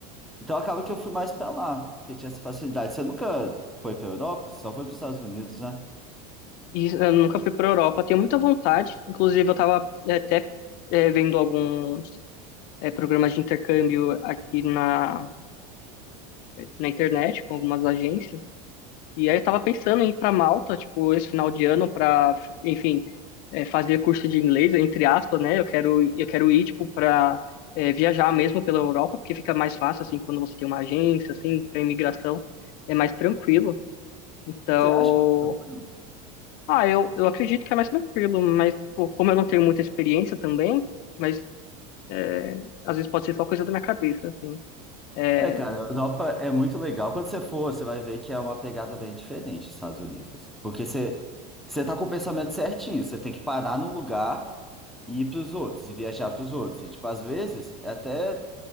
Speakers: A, in the centre; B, on the left (about 45°).
A: Então, acaba que eu fui mais para lá, porque tinha essa facilidade. Você nunca foi para Europa? Você só foi para os Estados Unidos, né?
B: E eu nunca fui pra Europa, tenho muita vontade. Inclusive, eu tava é, até é, vendo alguns é, programas de intercâmbio aqui na, na internet com algumas agências. E aí eu tava pensando em ir pra Malta, tipo, esse final de ano pra, enfim, é, fazer curso de inglês, entre aspas, né? Eu quero, eu quero ir, tipo, pra é, viajar mesmo pela Europa, porque fica mais fácil, assim, quando você tem uma agência, assim, pra imigração, é mais tranquilo. Então,
A: Você acha mais tranquilo?
B: ah, eu, eu acredito que é mais tranquilo, mas pô, como eu não tenho muita experiência também, mas é, às vezes pode ser só coisa da minha cabeça, assim. É,
A: É, cara, a Europa é muito legal. Quando você for, você vai ver que é uma pegada bem diferente dos Estados Unidos, assim. Porque você, você tá com o pensamento certinho, você tem que parar num lugar e ir pros outros, e viajar pros outros. E, tipo, às vezes é até